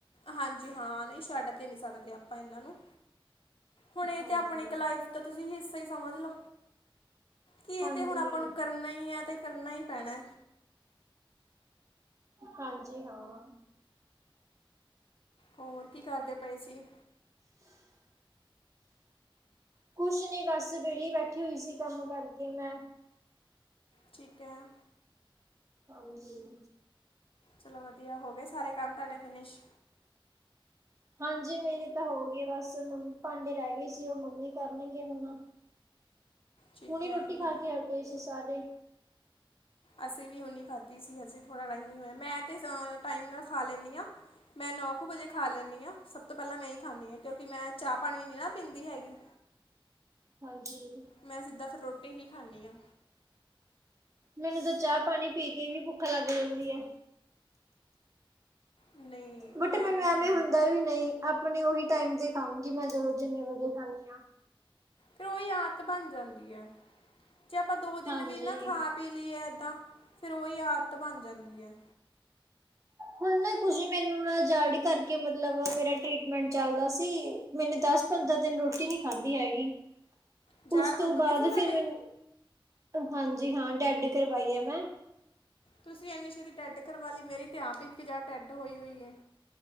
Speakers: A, on the left; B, on the right.
A: ਹਾਂਜੀ ਹਾਂ ਨਹੀਂ ਸ਼ਡ ਤੇ ਨੀ ਸਕਦੇ ਆਪਾਂ ਇਹਨਾਂ ਨੂੰ ਹੁਣ ਇਹ
B: ਹਾਂਜੀ
A: ਤੇ ਆਪਣੇ ਇੱਕ ਲਾਈਫ ਦਾ ਤੁਸੀਂ ਹ ਸਹੀ ਸਮਝ ਲੋ। ਕੀ ਇਹ
B: ਹਾਂਜੀ,
A: ਤੇ ਹੁਣ ਆਪਾਂ ਨੂੰ ਕਰਨਾ ਹੀ ਹੈ ਤੇ ਕਰਨਾ ਹੀ ਪੈਣਾ।
B: ਹਾਂਜੀ ਹਾਂ।
A: ਹੋਰ ਕੀ ਕਰਦੇ ਪਏ ਸੀ।
B: ਕੁਛ ਨੀ ਬਸ ਵੇਲੀ ਬੈਠੀ ਹੋਈ ਸੀ ਕੰਮ ਕਰਕੇ ਮੈਂ
A: ਠੀਕ ਹੈ।
B: ਹਾਂਜੀ
A: ਚਲੋ ਵਧੀਆ ਹੋ ਗਏ ਸਾਰੇ ਕੰਮ ਤੁਹਾਡੇ ਫਿਨਿਸ਼
B: ਹਾਂਜੀ ਮੇਰੇ ਤਾਂ ਹੋ ਗਏ ਬਸ ਮੰ ਭਾਂਡੇ ਰਹਿ ਗਏ ਸੀ ਉਹ ਮੰਮੀ ਕਰਨਗੇ ਹੁਣ
A: ਠੀਕ
B: ਹੁਣੇ
A: ਹੈ
B: ਰੋਟੀ ਖਾ
A: ਹਮ,
B: ਕੇ ਹਟੇ ਸੀ ਸਾਰੇ
A: ਅਸੀਂ ਵੀ ਹੁੰਨੀ ਖਾਂਦੀ ਸੀ ਹਜੇ ਥੋੜਾ ਟਾਈਮ ਨਹੀਂ ਹੋਇਆ ਮੈਂ ਤੇ ਟਾਈਮ ਨਾਲ ਖਾ ਲੈਂਦੀ ਹਾਂ ਮੈਂ ਨੋ ਕੁ ਵਜੇ ਖਾ ਲੈਂਦੀ ਹਾਂ ਸਭ ਤੋਂ ਪਹਿਲਾਂ ਮੈਂ ਹੀ ਖਾਂਦੀ ਹੈ ਕਿਉਂਕਿ ਮੈਂ ਚਾਹ ਪਾਣੀ ਨੀ ਨਾ ਪੀਂਦੀ ਹੈਗੀ।
B: ਹਾਂਜੀ
A: ਮੈਂ ਸਿੱਧਾ ਫਿਰ ਰੋਟੀ ਹੀ ਖਾਂਦੀ ਹਾਂ।
B: ਮੈਨੂੰ ਤਾਂ ਚਾਹ ਪਾਣੀ ਪੀ ਕੇ ਵੀ ਭੁੱਖਾ ਲੱਗ ਜਾਂਦੀ ਆ।
A: ਨਹੀਂ
B: ਬਟੇ
A: ਮੈਂ
B: ਮੈਨੂੰ
A: ਨਹੀਂ
B: ਐਵੇਂ
A: ਪੀਂਦੀ
B: ਹੁੰਦਾ ਵੀ ਨਹੀਂ। ਆਪਣੇ ਉਓਹੀ ਟਾਈਮ ਤੇ ਖਾਊਗੀ ਮੈਂ ਜਦੋਂ ਜਿੰਨੇ ਵਜੇ ਖਦੀ ਆ।
A: ਫਿਰ ਉਹੀ ਆਦਤ ਬਣ ਜਾਂਦੀ ਹੈ। ਜੇ ਆਪਾਂ ਦੋ ਦਿਨ
B: ਹਾਂਜੀ।
A: ਵੀ ਨਾ ਖਾ ਪੀ ਲਈਏ। ਤਾਂ ਫੇਰ ਉਹੀ ਆਦਤ ਬਣ ਜਾਂਦੀ ਹੈ।
B: ਹੁਣ ਨਾ ਕੁਝ ਮੈਨੂੰ ਨਾ ਜਾੜ ਕਰਕੇ ਮਤਲਬ ਮੇਰਾ ਟਰੀਟਮੈਂਟ ਚੱਲਦਾ ਸੀ ਮੈਨੂੰ ਦਸ ਪੰਦਰਾਂ ਦਿਨ ਰੋਟੀ ਨਹੀਂ ਖਾਧੀ ਹੈਗੀ।
A: ਜੜ
B: ਉਸ ਤੋਂ
A: ਦੁਖਦੀ
B: ਬਾਅਦ
A: ਸੀ ਤੁਹਾਡੀ
B: ਫੇਰ ਮੈਨੂੰ ਹਾਂਜੀ ਹਾਂ ਡੈਡ ਕਰਵਾਈ ਹੈ ਮੈਂ
A: ਤੁਸੀਂ ਐਨੀ ਸ਼ੇ ਦੀ ਡੈਡ ਕਰਵਾ ਲਈ ਮੇਰੀ ਤੇ ਆਪ ਇੱਕ ਜਾਰ ਡੈਡ ਹੋਈ ਹੋਈ ਹੈ।